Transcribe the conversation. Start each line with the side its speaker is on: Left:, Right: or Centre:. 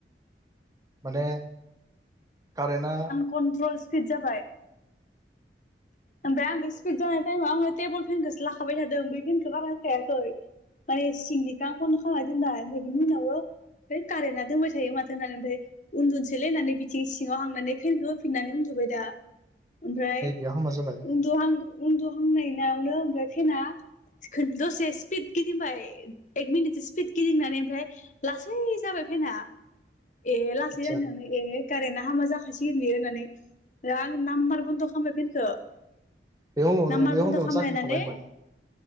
Right: माने कारेन्टआ
Left: कन्ट्रल स्पिड जाबाय। ओमफ्राय आं बे स्पिड जानाय टाइमाव आङो टेबोल फेनखौसो लाखाबाय थादों बै फेनखौ बारा होखायाखै। आरो सिनिकाखौनो खाम <unintelligible> कारेन्टना दोंबाय थायो माथो होननानै ओमफ्राय उन्दुसैलै होननानै बिथिं सिङाव हांनानै फनखौ होफिननानै उन्दुबाय दा ओमफ्राय
Right: बे हामा जादों
Left: उन्दहां उन्दुहांनायावनो ओमफ्राय फेना दसे स्पिद गिदिंबाय एक मिनिटसो स्पिद गिदिंनानै ओमफ्राय लासै जाबाय फेना ए लासै
Right: आदसा
Left: जानो ए कारेन्टआ हामा जाखासै होन बि होननानै दा आं नाम्बार बन्द' खालामबाय फेनखौ
Right: बे समावनो
Left: नामार
Right: बे
Left: नामार बन्द'
Right: समायाव
Left: खालामामबाया
Right: जाखांखाबायमोन
Left: ने